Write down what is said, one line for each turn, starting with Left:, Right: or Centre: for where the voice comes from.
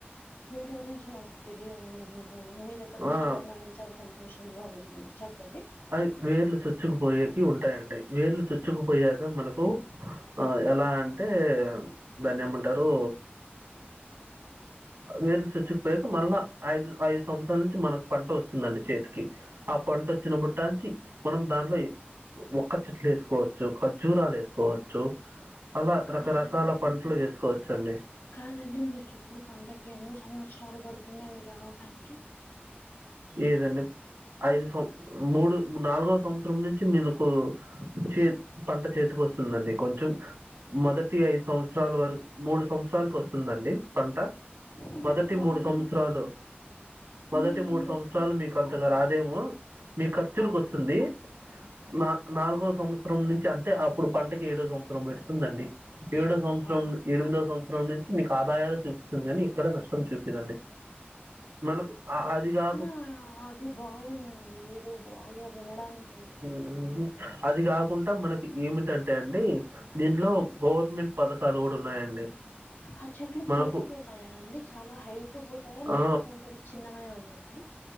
Left: వీటి గురించి మాకు తెలియదండి మేము మీ దగ్గర నుంచి
Right: ఆ!
Left: వినడానికి చాలా సం తోషంగా <inaudible> చెప్పండి
Right: అవి వేర్లు చొచ్చుకుపోయేకి ఉంటాయండి వేర్లు చొచ్చుకుపోయాక మనకు ఆ ఎలా అంటే దాన్ని ఏమంటారు వేర్లు చొచ్చుకుపోయాక మళ్ళా ఐదు ఐదు సంవత్సరాల నుంచి మనకు పంట వస్తుందండి చేతిక కి ఆ పంట వచ్చినప్పుట్టాంచి మనం దాంట్లో ఒక్క చెట్లు వేసుకోవచ్చు ఖజ్జూరాలు వేసుకోవచ్చు అలా
Left: కాదండి
Right: రకరకాల పంటలు వేసుకోవచ్చండి
Left: కాదండి మీరు చెప్పిన పంటకి ఎన్ని సంవత్సరాలు పడుతుందండి రావడానికి
Right: ఏదండి ఐదు సం మూడు నాలుగో సంవత్సరం నుంచి మినికు చే పంట చేతికి వస్తుందండి కొంచెం మొదటి ఐదు సంవత్సరాల వర మూడు సంవత్సరాలకు వస్ తుందండి పంట
Left: ఇదేదో
Right: మొదటి
Left: బాగుంది
Right: మూడు సంవత్సరాలు మొదటి
Left: మీ
Right: మూడు
Left: యొక్క
Right: సంవత్సరాలు మీకు అంతగా రాదేమో మీ ఖర్చులకు
Left: అవునండి
Right: వస్తుంది నా నాలుగో సంవత్సరం నుంచి అంటే అప్పుడు పంటకి ఏడో సంవత్సరం పెడు తుందండి ఏడో సంస్రం
Left: ఆ,
Right: ఎనిమిదో సం సరం నుంచి మీకు ఆదాయాలు చూపిస్తుంది కానీ ఎక్కడా నష్టం చూపీదండి మనకు ఆ అదిగా
Left: నా అది బావుందండి ఏదో బావుగా వినడానికి
Right: ఊహూ అది కాకుంటా మనకి ఏమిటంటే అండి దీంట్లో గవర్మెంట్ పథకాలు కూడా ఉన్నాయండి
Left: ఆ చెట్లు
Right: మనకు
Left: పైకే పోతాయా అండి చాలా హైటు పోతాయా లేకోకుంటే
Right: ఆ,
Left: చిన్నగానే ఉంటాయండి